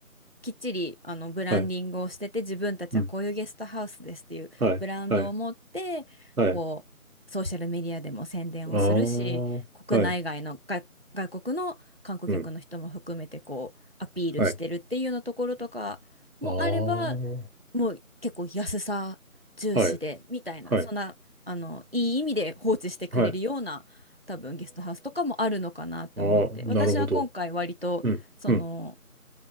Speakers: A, on the right; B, on the right.
A: きっちりあのブランディングをしてて、
B: はい、
A: 自分たちはこういうゲストハウスですっていうブランドを持って、
B: うん、はい、はい、はい、
A: こう、ソーシャルメディアでも宣伝をするし、
B: ああ、
A: 国内外の外、
B: はい、
A: 外国の観光客の人も含めてこう、
B: うん、
A: アピールしてるっていうようなところとかもあれば、
B: はい、ああ、は
A: もう結構安さ重視でみたいなそんなあのいい意味で放置してくれるような多分ゲストハウスとかもあるのかなと思って私は今回割とその
B: い、はい、はい、ああああなるほど。うん、うん、